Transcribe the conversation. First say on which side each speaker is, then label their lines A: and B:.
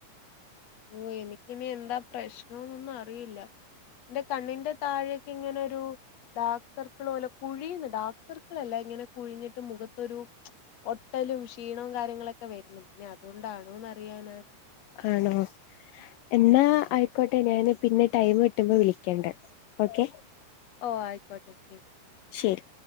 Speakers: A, on the left (about 50°); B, on the left (about 80°).
A: ഓഹ് എനിക്കിനി എന്താ പ്രശ്നംന്നൊന്നും അറിയില്ല. ഇന്റെ കണ്ണിന്റെ താഴേക്കിങ്ങനൊരു ഡാർക്ക്സർക്ക്ള് പോലെ കുഴിയുന്ന് ഡാർക്ക്സർക്ക്ളല്ല ഇങ്ങനെ കുഴിഞ്ഞിട്ട് മുഖത്തൊരു ഒട്ടലും ക്ഷീണോംകാര്യങ്ങളൊക്കെ വര്ന് പിന്നെ അതുണ്ടാണോന്നറിയാനാ
B: ആണോ എന്നാ അയ്ക്കോട്ടെ ഞാന് പിന്നെ ടൈം കിട്ടുമ്പോ വിളിക്കണ്ട് ഓക്കെ.
A: ഓഹ് ആയിക്കോട്ടെ ശെരി
B: ശെരി